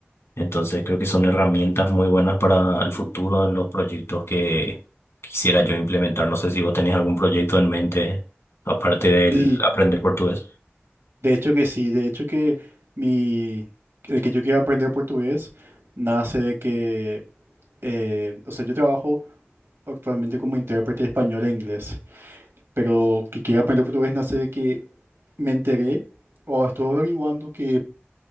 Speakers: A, on the left (about 75°); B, on the right (about 75°).
A: Entonces creo que son herramientas muy buenas para el futuro en los proyectos que quisiera yo implementar. No sé si vos tenés algún proyecto en mente, aparte del
B: Sí,
A: aprender portugués.
B: de hecho que sí, de hecho que mi, el que yo quiero aprender portugués nace de que, eh, o sea, yo trabajo actualmente como intérprete de español e inglés. pero que quiera aprender portugués nace de que me enteré o estuve averiguando que